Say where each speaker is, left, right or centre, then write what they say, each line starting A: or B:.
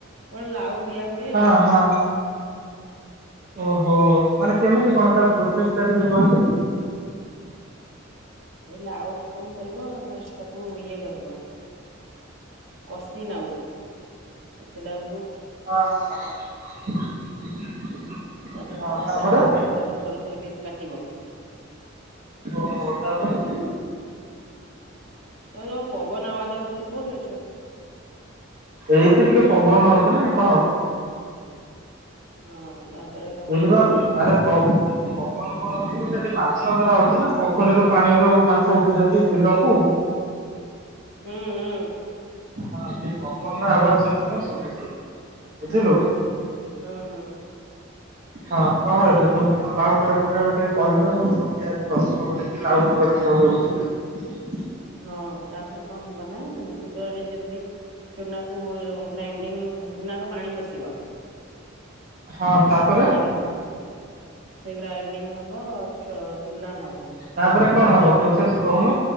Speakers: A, on the right; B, on the right.
A: କଣ ଲାଉ ଦିଆ ହୁଏ
B: ହଁ
A: ଆଉ
B: ହଁ ଓହୋ ମାନେ
A: ହୁଁ।
B: କେମିତି କଣ ତା ପ୍ରୋସେସ ଟା ଟିକେ କହିଲୁ
A: ଏ ଲାଉକୁ କଣ କରିବ ଫାଷ୍ଟ ତାକୁ ଇଏ କରିବ କସି ନାଉ କଷି ଲାଉକୁ
B: ହଁ ହଁ <unintelligible>
A: ତା ଚୋପା
B: ହଁ
A: ଛଡେଇକି
B: ତାପରେ
A: ତାକୁ ସରୁ ସରୁ ସରୁ ପିସ୍ କାଟିବ
B: ଓହୋ ତାପରେ?
A: <unintelligible> ତୋ ପବନ ଆବାଜ ଆଉଛି ତୁ କୋଉଠି ଅଛୁ?
B: ଏଇଠି ଟିକେ ପବନ ହଉଛି ନା କହ
A: ହଁ। ତାପରେ କଣ
B: ଏଇଠି
A: କରିବ
B: ବା
A: ନା
B: ଆରେ ପବ ପବନ କଣ ହଉଛି କହିଲୁ ଏଠି ମା ମାଛ ଧରା ହଉଛି ନା ପୋଖରୀରୁ ପାଣିରୁ ମାଛ ଉଠୁଛନ୍ତି ବିଲକୁ
A: ହୁଁ ହୁଁ।
B: ହଁ ସେ ପବନ ର ଆବାଜ୍ ସେଥିପାଇଁ ଶୁଭୁଛି ବୁଝିଲୁ।
A: ହଁ ହଁ।
B: ହଁ କହ କେବେ କେମିତି କଣ ଲାଉ ପୋଡ଼ା ହୁଏ ତ ବିଷୟରେ ଟିକେ କହିଲୁ ମୁଁ ଶୁଣିଲେ ପ୍ରଶ୍ନ <unintelligible> କରିଲି କି ଲାଉ ପୋଡ଼ ପିଠା ହୁଏ ବୋଲି
A: ହଁ ତାପରେ କଣ ହବ ନା ତୁ ତ ଆଡେ ଯେମିତି ଚୁନାକୁ ଗ୍ରାଇଣ୍ଡିଙ୍ଗ୍ ଚୁନା ରୁ ପାଣି ପଶିବ
B: ହଁ ତାପରେ?
A: ହେଲା କି ସେ ଗ୍ରାଇଡିଙ୍ଗ୍ ହବ ଚ ଚୁନା ହବ <unintelligible>
B: ତାପରେ କଣ ହବ
A: ଚାଉଳ
B: ପ୍ରୋସେସ କହୁନୁ